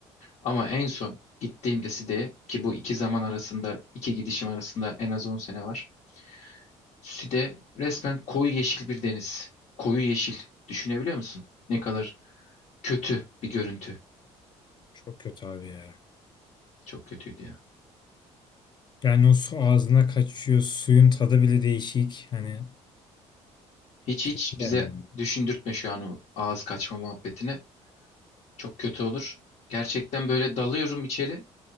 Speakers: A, on the left; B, on the left.
A: Ama en son gittiğimde Side'ye ki bu iki zaman arasında iki gidişim arasında en az 10 sene var. Side resmen koyu yeşil bir deniz. Koyu yeşil. Düşünebiliyor musun? Ne kadar kötü bir görüntü.
B: Çok kötü abi ya.
A: Çok kötüydü ya.
B: Yani o su ağzına kaçıyor. Suyun tadı bile değişik. Hani
A: Hiç
B: kötü
A: hiç bize
B: yani.
A: düşündürtme şu an o ağız kaçma muhabbetini. Çok kötü olur. Gerçekten böyle dalıyorum içeri.